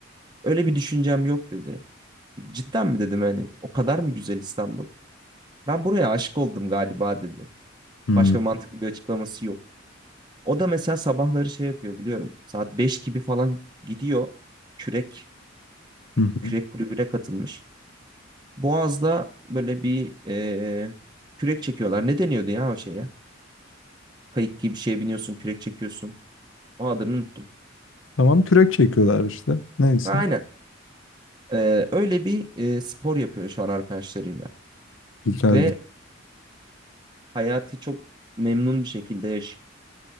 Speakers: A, on the right; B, on the left.
A: Öyle bir düşüncem yok dedi. Cidden mi dedim hani o kadar mı güzel İstanbul? Ben buraya aşık oldum galiba dedi.
B: Hı hı.
A: Başka mantıklı bir açıklaması yok. O da mesela sabahları şey yapıyor biliyorum. Saat 5 gibi falan gidiyor. Kürek bir
B: Hı hı.
A: kürek kulübüne katılmış. Boğaz'da böyle bir eee, kürek çekiyorlar. Ne deniyordu ya o şeye? Kayık gibi bir şeye biniyorsun, kürek çekiyorsun. O adını unuttum.
B: Tamam kürek çekiyorlar işte. Neyse.
A: Ha, Aynen. Eee, öyle bir eee, spor yapıyor şu an arkadaşlarıyla.
B: Güzel
A: Ve
B: güzel.
A: hayatı çok memnun bir şekilde yaşıyor.